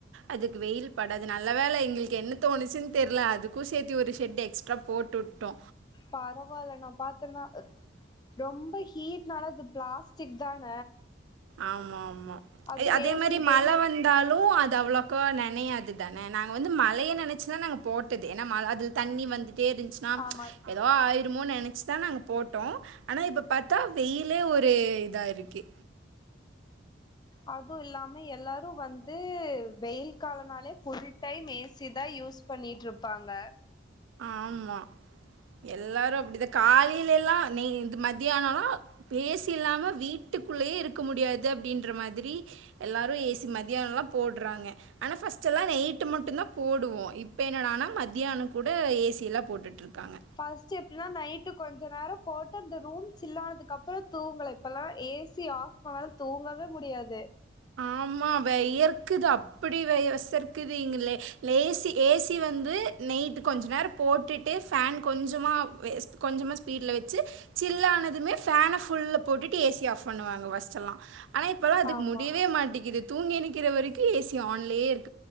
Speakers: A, on the right; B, on the left.
A: அதுக்கு வெயில் படாது நல்ல வேலை எங்களுக்கு என்ன தோணுச்சுன் தெரில அதுக்கும் சேத்தி ஒரு ஷெட்டு எக்ஸ்ட்ரா போட்டு வுட்டோ
B: பரவாயில்ல நா பாத்தேன்னா ரொம்ப ஹீட்னால அது பிளாஸ்டிக் தான
A: ஆமா ஆமா
B: அதுவு
A: அதே
B: ஏசி
A: மாரி மழ
B: டைம்
A: வந் தாலும் அது அவ்ளோக்கோ நினையாது தான நாங்க வந்து மழைய நினைச்சுதா நாங்க போட்டது ஏன்னா ம அது தண்ணி வந்துட்டே இருந்துச்சுன்னா
B: ஆமா
A: ஏதோ ஆயிருமோ நினைச் சு தான் நாங்க போட்டோம் ஆனா இப்ப பாத்தா வெயிலே ஒரு இதா இருக்கு
B: அதுவும் இல்லாம எல்லாரும் வந்து வெயில் காலம்னாலே ஃபுல் டைம் ஏசி தான் யூஸ் பண்ணிட்ருப்பாங்க
A: ஆமா எல்லாரும் அப்படிதா காலையில எல்லாம் நய் இது மத் த்தியானம் எல்லாம் ஏசி இல்லாம வீட்டுக்குள்ளயே இருக்க முடியாது து அப்படின்ற மாதிரி எல்லாரும் ஏசி மதியானம் எல்லாம் போட்றாங்க ஆனா ஃபர்ஸ்ட் ஆச்சுவலா நைட்டு மட்டும்தான் போடுவோம் இப்ப என்னடான்னா மத்தியானம் கூட ஏசியெல்லாம் போட்டுட்டுயிருக்காங்க
B: ஃபர்ஸ்ட்டு எப்படின்னா நைட்டு கொஞ்சம் நேரம் போட்டு அந்த ரூம் சில்லானதுக்கப்புறம் தூங்கல இப்பல்லாம் ஏசி ஆஃப் <unintelligible> தூங்கவே முடியாது
A: ஆமா வயர்க்குது அப்படி வசர்க்குது இங்க இல ஏசி ஏசி வந்து நைட்டு கொஞ்ச நேரம் போட்டுட்டு ஃபேன் கொஞ்சமா வெ கொஞ்சமா ஸ்பீட்ல வச்சு ஜில்லானதுமே ஃபேன ஃபுல்லா போட்டுட்டு ஏசி ஆஃப் பண்ணுவாங்க ஃப்ர்ஸ்ட் எல்லாம் ஆனா இப்போல்லா அதுக்கு
B: ஆமா
A: முடியவே மாட்டேக்குது தூங்கி எந்திக்கிற வரைக்கு ஏசி ஆன்லயே இருக்கு